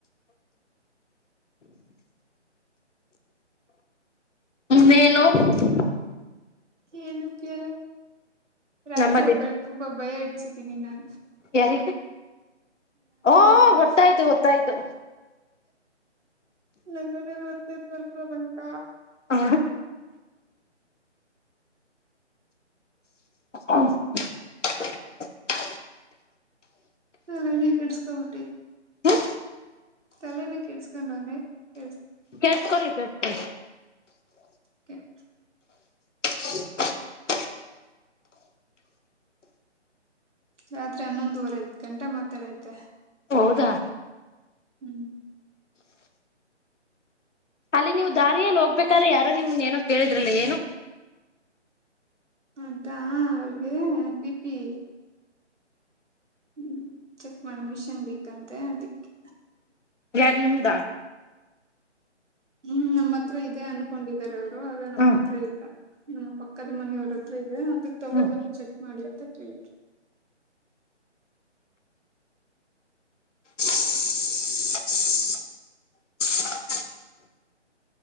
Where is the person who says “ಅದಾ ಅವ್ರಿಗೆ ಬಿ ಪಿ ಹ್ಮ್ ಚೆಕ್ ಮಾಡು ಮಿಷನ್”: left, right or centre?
Right